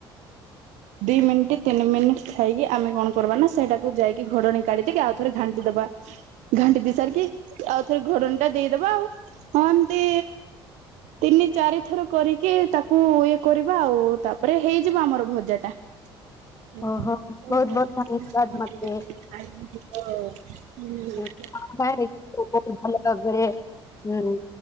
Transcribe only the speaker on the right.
ଦି ମିଣ୍ଟି ତିନି ମିନ ଥାଇକି ଆମେ କଣ କରବା ନା ସେଇଟାକୁ ଯାଇକି ଘୋଡଣୀ କାଢିିଦେଇକି ଆଉ ଥରେ ଘାଣ୍ଟି ଦବା। ଘାଣ୍ଟି ଦେଇ ସାରିକି ଆଉଥରେ ଘୋଡ଼ଣୀ ଟା ଦେଇଦବା ଆଉ ହଁ ଏମତି ତିନି ଚାରି ଥର କରିକି ତା କୁ ଇଏ କରିବା ଆଉ ତାପରେ ହେଇଯିବ ଆମର ଭଜାଟା। ହ
ଆ
<inaudible>